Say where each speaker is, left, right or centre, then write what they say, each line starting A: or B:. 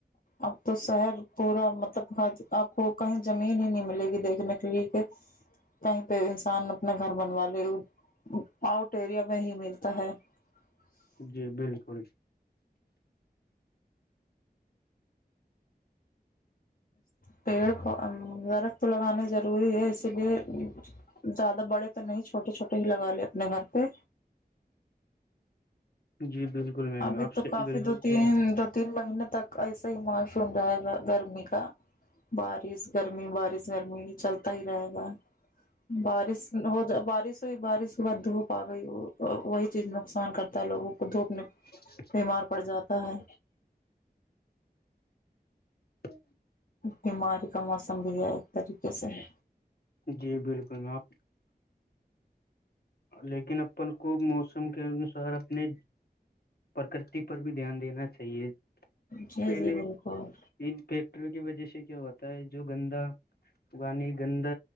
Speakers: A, on the left (about 60°); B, on the left (about 70°).
A: اب تو شہر پورا مطلب آپ کو کہیں زمین ہی نہیں ملے گی دیکھنے کے لیے کہ کہیں پہ انسان اپنا گھر بنوا لے آؤٹ ایریا میں ہی ملتا ہے <unintelligible>
B: جی بالکل
A: پیڑ درخت لگانا ضروری ہے اسی لیے زیادہ بڑے تو نہیں چھوٹے چھوٹے ہی لگا لے اپنے گھر پہ
B: جی بالکل میم
A: ابھی
B: آپ
A: تو
B: سے
A: کافی
B: بالکل
A: دو تین
B: سے
A: دو تین مہینے تک ایسا ہی معاشن رہے گا گرمی کا بارش گرمی بارش گرمی چلتا ہی رہے گا بارش ہو جا بارش ہوئی بارش صبح دھوپ آ گئی وہی چیز نقصان کرتا ہے لوگوں کو دھوپنے
B: اچا
A: بیمار پڑ جاتا ہے
B: تو
A: بیماری کا موسم بھی ہے ایک طریقے سے ہے
B: جی بالکل آپ لیکن اپن کو موسم کے انوسار اپنے پرکرتی پر بھی دھیان دینا چاہیے
A: جی
B: پہلے
A: جی بالکل
B: ان فیکٹریوں کی وجہ سے کیا ہوتا ہے جو گندا پانی گندا